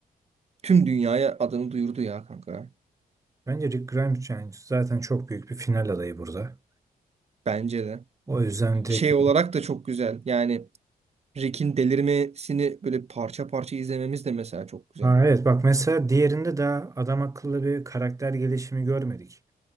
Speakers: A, on the right (about 40°); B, on the right (about 20°).
A: tüm dünyaya adını duyurdu ya kanka.
B: Bence Rick Grimes yani zaten çok büyük bir final adayı burada.
A: Bence de.
B: O yüzden direkt...
A: Şey olarak da çok güzel. Yani Rick'in delirmesini böyle parça parça izlememiz de mesela çok güzel.
B: Ha, evet bak mesela diğerinde daha adam akıllı bir karakter gelişimi görmedik.